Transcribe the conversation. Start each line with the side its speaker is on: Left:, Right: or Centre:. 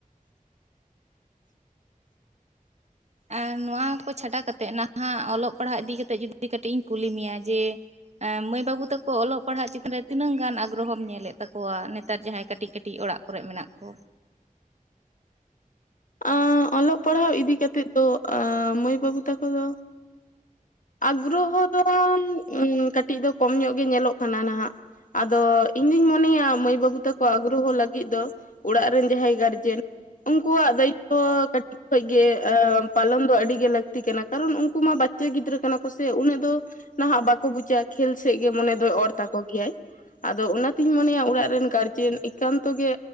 Right: ᱟᱨ ᱱᱚᱣᱟ ᱠᱚ ᱪᱷᱟᱰᱟ ᱠᱟᱛᱮᱫ ᱱᱟᱦᱟᱜ ᱚᱞᱚᱜ ᱯᱟᱲᱦᱟᱜ ᱤᱫᱤ ᱠᱟᱛᱮᱜ ᱡᱚᱫᱤ ᱠᱟᱹᱴᱤᱡ ᱤᱧ ᱠᱩᱞᱤ ᱢᱮᱭᱟ ᱡᱮ <unintelligible> ᱢᱟᱹᱭ ᱵᱟᱹᱵᱩ ᱛᱟᱠᱚ ᱚᱞᱚᱜ ᱯᱟᱲᱦᱟᱜ ᱪᱮᱛᱟᱱ ᱨᱮ ᱛᱤᱱᱟᱹᱜ ᱜᱟᱱ ᱟᱜᱽᱨᱚ ᱦᱚᱢ ᱧᱮᱞᱮᱫ ᱛᱟᱠᱚᱣᱟ ᱱᱮᱛᱟᱨ ᱡᱟᱦᱟᱸᱭ ᱠᱟᱹᱴᱤᱡ ᱠᱟᱹᱴᱤᱡ ᱚᱲᱟᱜ? <unintelligible> ᱠᱚᱨᱮᱜ ᱢᱮᱱᱟᱜ ᱠᱚ?
Left: ᱟᱸᱻ ᱚᱞᱚᱜ ᱯᱟᱲᱦᱟᱣ ᱤᱫᱤ ᱠᱟᱛᱮᱫ ᱫᱚ ᱟᱸᱻ ᱢᱟᱹᱭ ᱵᱟᱹᱵᱩ ᱛᱟᱠᱚ ᱫᱚ, ᱟᱜᱽᱨᱚᱦᱚ ᱫᱚ <unintelligible> ᱠᱟᱹᱴᱤᱡ ᱫᱚ ᱠᱚᱢ ᱧᱚᱜ ᱜᱮ ᱧᱮᱞᱚᱜ ᱠᱟᱱᱟ ᱱᱟᱦᱟᱜ ᱾ ᱟᱫᱚ ᱤᱧ ᱫᱩᱧ ᱢᱚᱱᱮᱭᱟ ᱢᱟᱹᱭ ᱵᱟᱹᱵᱩ ᱛᱟᱠᱚ ᱟᱜᱽᱨᱚᱦᱚ ᱞᱟᱹᱜᱤᱫ ᱫᱚ? ᱚᱲᱟᱜ ᱨᱮᱱ ᱡᱟᱦᱟᱸᱭ ᱜᱟᱨᱡᱮᱱ ᱩᱱᱠᱩᱣᱟᱜ ᱫᱟᱭᱤᱛ ᱛᱚ ᱠᱟᱹᱴᱤᱡ, <unintelligible> ᱜᱮᱻ ᱯᱟᱞᱚᱱ ᱫᱚ ᱟᱹᱰᱤᱜᱮ ᱞᱟᱹᱠᱛᱤ ᱠᱟᱱᱟ, ᱠᱟᱨᱚᱱ ᱩᱱᱠᱩ ᱢᱟ ᱵᱟᱪᱪᱮᱭ ᱜᱤᱫᱽᱨᱟᱹ ᱠᱟᱱᱟ ᱠᱚ ᱥᱮ ᱩᱱᱟᱹᱜ ᱫᱚ᱾ ᱱᱟᱦᱟᱜ ᱵᱟᱠᱚ ᱵᱩᱪᱟ ᱠᱷᱮᱞ ᱥᱮᱜ ᱜᱮ ᱢᱚᱱᱮ ᱫᱚᱭ ᱚᱨ ᱛᱟᱠᱚ ᱜᱮᱭᱟᱭ ᱾ ᱟᱫᱚ ᱚᱱᱟᱛᱤᱧ ᱢᱚᱱᱮᱭᱟ ᱩᱲᱟᱜ ᱨᱮᱱ ᱜᱟᱨᱡᱮᱱ ᱮᱠᱟᱱᱛᱚ ᱜᱮ